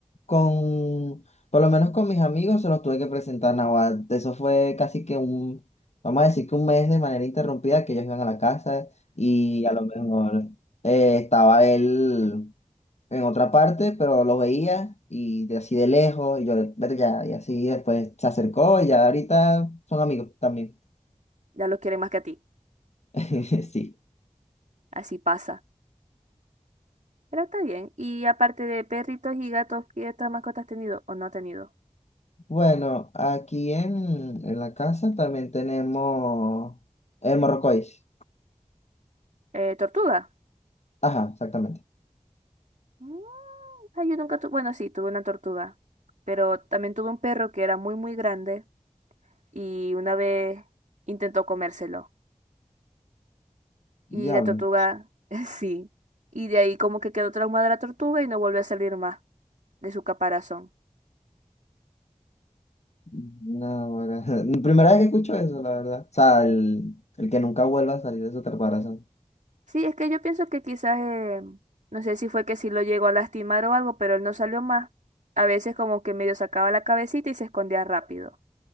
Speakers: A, on the left; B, on the right.
A: con, por lo menos con mis amigos se los tuve que presentar nada. Eso fue casi que un, vamos a decir que un mes de manera interrumpida que ellos iban a la casa y a lo mejor eh, estaba él en otra parte, pero lo veía y de así de lejos y yo, "Vete ya, y así después se acercó y ya ahorita son amigos también.
B: Ya lo quiere más que a ti.
A: <laughs> Sí.
B: Así pasa. Pero está bien. Y aparte de perritos y gatos, ¿qué otras mascotas has tenido o no has tenido?
A: Bueno, aquí en, en la casa también tenemos el morrocois.
B: Eh, tortuga.
A: Ajá, exactamente.
B: Mm. Ay, yo nunca tuve, bueno, sí, tuve una tortuga, pero también tuve un perro que era muy, muy grande y una vez intentó comérselo.
A: Diablo.
B: Y la tortuga, <laughs> sí. Y de ahí como que quedó traumada la tortuga y no volvió a salir más de su caparazón.
A: No, ahora- <laughs> Primera vez que escucho eso, la verdad. O sea, el, el que nunca vuelva a salir de su caparazón.
B: Sí, es que yo pienso que quizás, eh, no sé si fue que sí lo llegó a lastimar o algo, pero él no salió más. A veces como que medio sacaba la cabecita y se escondía rápido.